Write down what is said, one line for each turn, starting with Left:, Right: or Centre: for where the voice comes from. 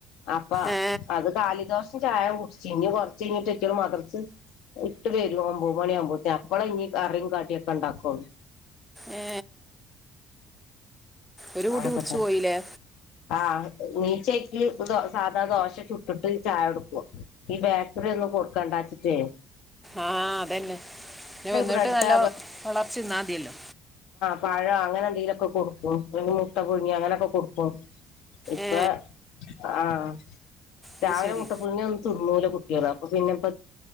Left: അപ്പ
Centre: ഏ
Left: അത് കാലിദോശേം ചായ കുടിച്ച് ഇനി കൊറച്ച് കഴിഞ്ഞിട്ട ഒക്കട് മദർ ഇട്ട് വരും ഒമ്പത് മണിയ ആവുമ്പോത്തേ അപ്പള ഇനി കറിയും കാട്ടിയൊക്കെ ഇണ്ടാക്കുള്ളു.
Centre: ഏ ഒരു കുടി
Left: ആകട്ടെ
Centre: കുടിച്ചു പോയില്ലേ.
Left: ആഹ് നീച്ചയ്ക്ക് സാധാ ദോശ ചുട്ടിട്ട് ചായ എടുക്കുവാ. ഈ ബേക്കറി ഒന്നും കൊടുക്കണ്ടച്ചിട്ടേ.
Centre: ആഹ് അതന്നെ ഞാൻ ഒന്നിട്ട്
Left: ബ്രെഡ്
Centre: നല്ലോ വളർച്ച ഇന്നാതിയല്ലോ.
Left: പഴ അങ്ങനെ എന്തെങ്കിലൊക്കെ കൊടുക്കും. അല്ലെങ്കി മുട്ട പുഴുങ്ങി അങ്ങനെക്കെ കൊടുക്കും. ഇപ്പ
Centre: ഏ
Left: ആഹ്
Centre: അത്
Left: രാവിലെ
Centre: ശരി
Left: മുട്ടപ്പുഴുങ്ങി ഒന്ന് തിന്നൂല കുട്ടികള് അപ്പൊ പിന്നെ